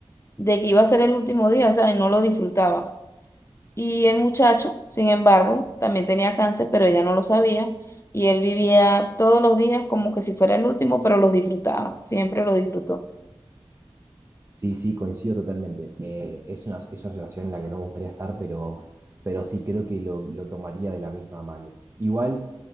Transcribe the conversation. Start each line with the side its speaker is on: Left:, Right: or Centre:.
Left: de que iba a ser el último día, o sea, y no lo disfrutaba. Y el muchacho, sin embargo, también tenía cáncer, pero ella no lo sabía. Y él vivía todos los días como que si fuera el último, pero los disfrutaba, siempre los disfrutó.
Right: Sí, sí, coincido totalmente. Eh, es una, es una situación en la que no me gustaría estar, pero, pero sí creo que lo, lo tomaría de la misma manera. Igual,